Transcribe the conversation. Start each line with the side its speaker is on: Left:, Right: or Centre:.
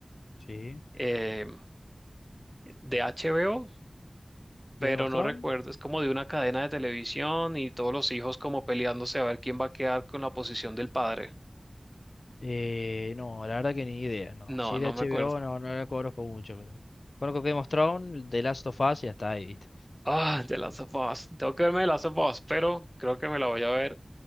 Left: Sí.
Centre: eh, de HBO,
Left: Game
Centre: pero
Left: of
Centre: no
Left: Thrones.
Centre: recuerdo, es como de una cadena de televisión y todos los hijos como peleándose a ver quién va a quedar con la posición del padre.
Left: Eh, no, la verdad que ni idea, no.
Centre: No,
Left: Si es
Centre: no
Left: de HBO,
Centre: me acuerdo.
Left: no, no la conozco mucho, pero. Conozco Game of Thrones, The Last of Us y hasta ahí, ¿viste?
Centre: Ah, The Last of Us. Tengo que verme The Last of Us, pero creo que me la voy a ver